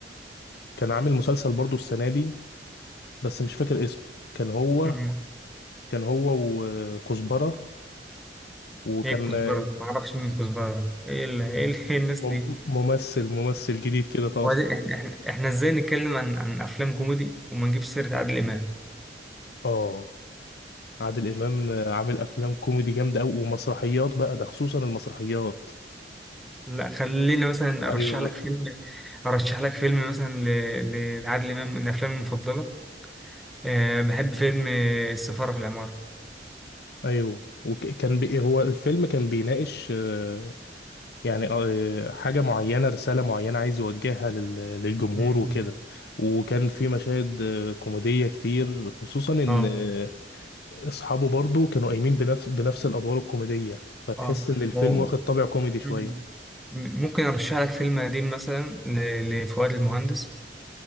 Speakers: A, on the left; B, in the centre.
A: كان عامل مسلسل برضو السنه دي بس مش فاكر اسمه كان هو
B: مم.
A: كان هو وكزبره وكان
B: ايه الكزبرة
A: آه،
B: ده؟ معرفش مين كزبرة ده ايه ال... ايه ال... <laughs> إيه الناس
A: مم-
B: دي
A: ممثل ممثل جديد كده طالع
B: وبعدين احنا احنا إحنا ازاي نتكلم عن عن افلام كوميدي وما نجيبش سيرة عادل امام
A: اه عادل امام عامل افلام كوميدي جامده قوي ومسرحيات بقى ده خصوصا المسرحيات
B: لا خلينا مثلا ارشح
A: ايوه
B: لك فيلم ارشح لك فيلم مثلا ل- لعادل امام من افلامي المفضله أه بحب فيلم آه، السفاره في العماره
A: ايوه وكان بي هو الفيلم كان بيناقش آه، يعني آه، حاجه معينه رساله معينه عايز يوجهها لل- للجمهور
B: مم.
A: وكده وكان في مشاهد آه، كوميديه كتير خصوصا ان
B: اه
A: آه، اصحابه برضو كانوا قايمين بنفس بنفس الادوار الكوميديه فتحس
B: اه
A: ان الفيلم
B: و-
A: واخد طابع كوميدي شويه
B: مم. ممكن ارشح لك فيلم قديم مثلا ل- لفؤاد المهندس